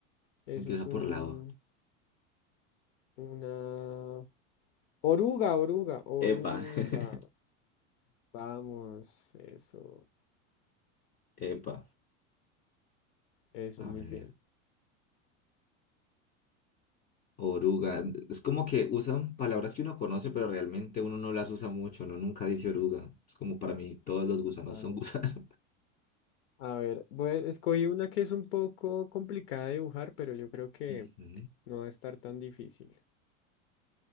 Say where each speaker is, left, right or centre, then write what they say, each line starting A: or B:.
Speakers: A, on the left; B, on the left.
A: Eso
B: empieza
A: es un...
B: por lava.
A: Una... Oruga, oruga, oruga.
B: Epa. <laughs>
A: Vamos, eso.
B: Epa,
A: Eso,
B: a
A: muy
B: ver,
A: bien.
B: oruga. Es como que usan palabras que uno conoce, pero realmente uno no las usa mucho, uno nunca dice oruga. Es como para mí, todos
A: Sí,
B: los
A: Total.
B: gusanos son <laughs> gusanos.
A: A ver, voy- escogí una que es un poco complicada de dibujar, pero yo creo que
B: Ujú,
A: no va a estar tan difícil.